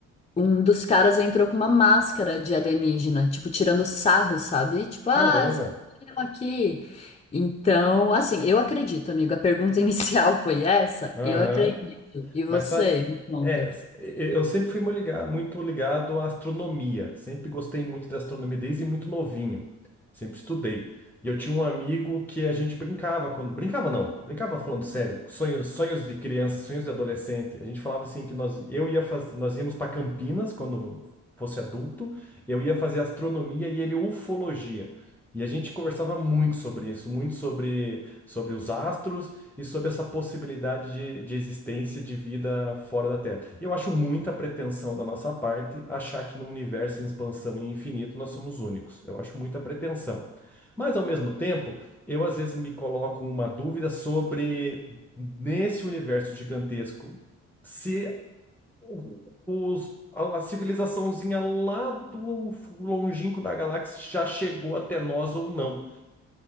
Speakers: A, on the left; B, in the centre.
A: um dos caras entrou com uma máscara de alienígena, tipo, tirando sarro, sabe? Tipo,
B: Caramba.
A: ah, eu aqui. Então, assim, eu acredito, amigo. A pergunta <laughs> inicial foi essa?
B: Aham.
A: Eu acredito. E você,
B: Mas sabe,
A: me conta.
B: é, s- e- eu sempre fui mu- liga- muito ligado à astronomia. Sempre gostei muito da astronomia desde muito novinho. Sempre estudei. E eu tinha um amigo que a gente brincava quando brincava não, brincava falando sério, sonhos, sonhos de criança, sonhos de adolescente. A gente falava assim que nós eu ia faz, nós íamos para Campinas quando fosse adulto, eu ia fazer astronomia e ele ufologia. E a gente conversava muito sobre isso, muito sobre sobre os astros e sobre essa possibilidade de, de existência de vida fora da Terra. E Eu acho muita pretensão da nossa parte achar que num universo em expansão e infinito nós somos únicos. Eu acho muita pretensão. Mas, ao mesmo tempo, eu às vezes me coloco uma dúvida sobre, nesse universo gigantesco, se o- os, a, a civilizaçãozinha lá do longínquo da galáxia já chegou até nós ou não.